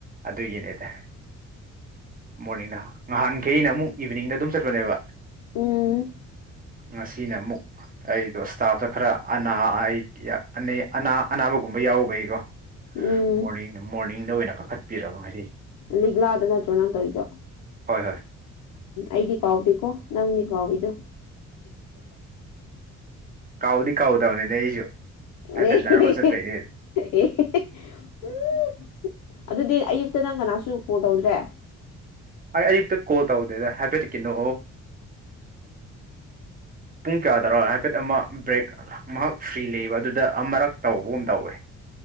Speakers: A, on the right; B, on the left.
A: ꯑꯗꯨꯒꯤꯅꯦꯗ ꯃꯣꯔꯅꯤꯡꯗ ꯅꯍꯥꯟꯈꯩꯅ ꯑꯃꯨꯛ ꯏꯚꯤꯅꯤꯡꯗ ꯑꯗꯨꯝ ꯆꯠꯄꯅꯦꯕ
B: ꯎꯝ
A: ꯉꯁꯤꯅ ꯑꯃꯨꯛ ꯑꯩꯗꯣ ꯁ꯭ꯇꯥꯐꯇ ꯈꯔ ꯑꯅꯥ ꯑꯩ ꯌꯦ ꯑꯅꯦ ꯑꯅꯥ ꯑꯅꯥꯕꯒꯨꯝꯕ ꯌꯥꯎꯕꯒꯤꯀꯣ
B: ꯎꯝ
A: ꯃꯣꯔꯅꯤꯡ ꯃꯣꯔꯅꯤꯡꯗ ꯑꯣꯏꯅ ꯀꯥꯈꯠꯄꯤꯔꯕ ꯉꯁꯤ
B: ꯂꯤꯛꯂꯥꯗ ꯅꯠꯇ꯭ꯔꯣ ꯅꯪ ꯇꯧꯏꯗꯣ
A: ꯍꯣꯏ ꯍꯣꯏ
B: ꯑꯩꯗꯤ ꯀꯥꯎꯗꯦꯀꯣ ꯅꯪꯅꯤ ꯀꯥꯎꯢꯗꯨ
A: ꯀꯥꯎꯗꯤ ꯀꯥꯎꯗꯕꯅꯤꯗ ꯑꯩꯁꯨ ꯍꯥꯏꯐꯦꯠ
B: ꯎ ꯑꯍꯦꯍꯦꯍꯦ
A: ꯅꯔꯕ ꯆꯠꯄꯩꯅꯦ
B: ꯑꯦꯍꯦꯍꯦ ꯎꯝ ꯑꯗꯨꯗꯤ ꯑꯌꯨꯛꯇ ꯅꯪ ꯀꯅꯥꯁꯨ ꯀꯣꯜ ꯇꯧꯗ꯭ꯔꯦ
A: ꯑꯩ ꯑꯌꯨꯛꯇ ꯀꯣꯜ ꯇꯧꯗꯦꯗ ꯍꯥꯏꯐꯦꯠꯇꯤ ꯀꯩꯅꯣ ꯄꯨꯡ ꯀꯔꯤ ꯀꯌꯥꯗꯔꯥ ꯍꯥꯏꯐꯦꯠ ꯑꯃ ꯕ꯭ꯔꯦꯛ ꯑ ꯃꯍꯥꯛ ꯐ꯭ꯔꯤ ꯂꯩꯕ ꯑꯗꯨꯗ ꯑꯃꯔꯛ ꯇꯧꯕꯒꯨꯝ ꯇꯧꯋꯦ